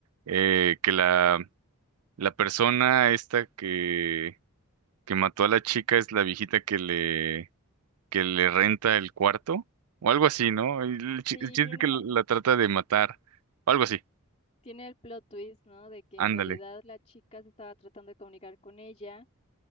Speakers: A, on the right; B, on the left.
A: eh, que la, la persona esta que, que mató a la chica es la viejita que le, que le renta el cuarto o algo así, ¿no? Y El chi-
B: Sí,
A: el chiste
B: tiene,
A: es que la trata de matar o algo así.
B: tiene el plot twist, ¿no? De que
A: Ándale.
B: en realidad la chica se estaba tratando de comunicar con ella